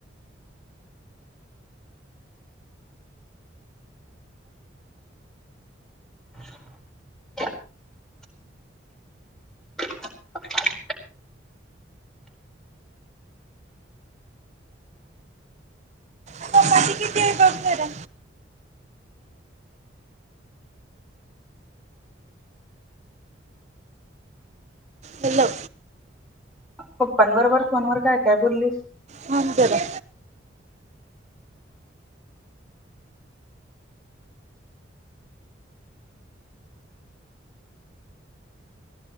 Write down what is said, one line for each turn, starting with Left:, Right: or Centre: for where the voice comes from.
Centre: <inaudible> <inaudible>
Right: चपाती किती आहे बघ जरा? हॅलो.
Centre: पप्पांबरोबर काय काय बोललीस?
Right: थांब जरा